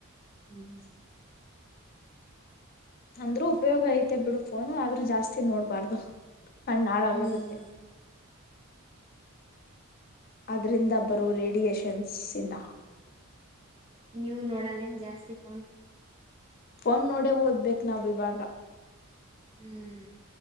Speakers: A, on the right; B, on the left.
A: ಹ್ಮ್
B: ಅಂದ್ರೂ ಉಪಯೋಗ ಐತೆ ಬಿಡು ಫೋನು ಆದ್ರೂ ಜಾಸ್ತಿ ನೋಡ್ಬಾರ್ದು. ಕಣ್ಣ್ ಹಳಾಗ್
A: ಹ್ಮ್
B: ಹೊಗುತ್ತೆ. ಆದ್ರಿಂದ ಬರೋ ರೇಡಿ ಡಿಯೆಷನ್ಸ್ ಇಂದ
A: ನೀವು ನೋಡಲೆನ್ ಜಾಸ್ತಿ ಫೋನ್.
B: ಫೋನ್ ನೋಡ ಓದ್ಬೇಕ್ ನಾವ್ ಇವಾಗ
A: ಹ್ಮ್